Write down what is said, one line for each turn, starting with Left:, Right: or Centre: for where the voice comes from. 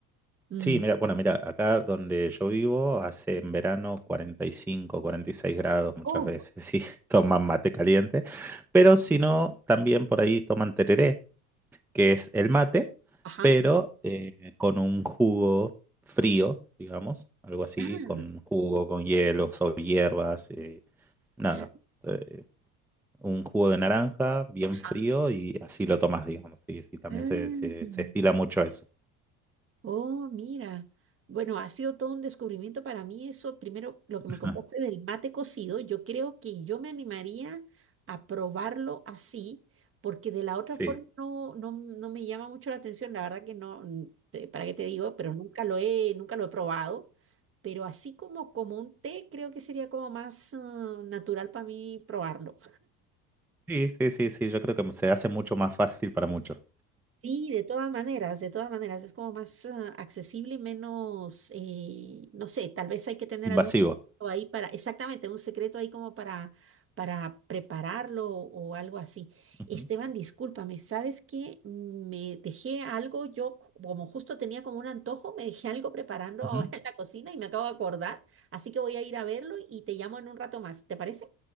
Right: Mm.
Centre: Sí, mira, bueno, mira, acá donde yo vivo hace en verano cuarenta cuarenta y cinco, cuarenta y seis grados muchas
Right: Oh,
Centre: veces, <laughs> sí, toman mate caliente, pero si no, también por ahí toman tereré, que es el mate,
Right: ajá.
Centre: pero eh, con un jugo frío, digamos, algo así,
Right: Ah,
Centre: con jugo, con hielos o hierbas, eh, nada,
Right: ya.
Centre: eh, un jugo de naranja bien
Right: Ajá.
Centre: frío y así lo tomas, digamos, y, sí, también
Right: Ah,
Centre: se, se, se estila mucho eso,
Right: oh, mira. Bueno, ha sido todo un descubrimiento para mí eso. Primero, lo
Centre: <laughs>
Right: que me contaste del mate cocido, yo creo que yo me animaría a probarlo así, porque de la otra forma
Centre: sí.
Right: no, no, no me llama mucho la atención. La verdad que no, mm, te- ¿para qué te digo? Pero nunca lo he, nunca lo he probado. Pero así como, como un té, creo que sería como más, ah, natural para mí probarlo.
Centre: Sí, sí, sí, sí, yo creo que se hace mucho más fácil para muchos.
Right: Sí, de todas maneras, de todas maneras, es como más ah, accesible y menos, eh, no sé, tal vez hay que tener
Centre: Invasivo.
Right: algún secreto ahí para, exactamente, un secreto ahí como para, para prepararlo o algo así.
Centre: Ujú,
Right: Esteban, discúlpame, ¿sabes que Me dejé algo, yo como justo tenía como un antojo, me dejé algo preparando <laughs>
Centre: ujú.
Right: ahora en la cocina y me acabo de acordar, así que voy a ir a verlo y te llamo en un rato más, ¿te parece?